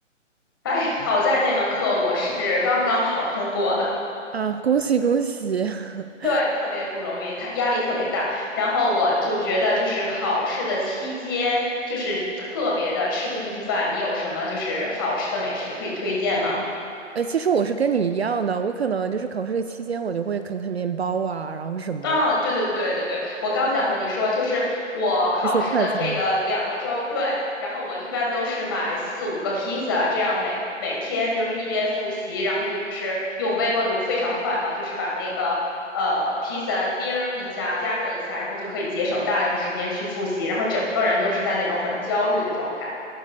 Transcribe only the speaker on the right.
啊。恭喜恭喜！<laughs>
呃，其实我是跟你一样的，我可能就是考试的期间，我就会啃啃面包啊，然后什么
这些快餐。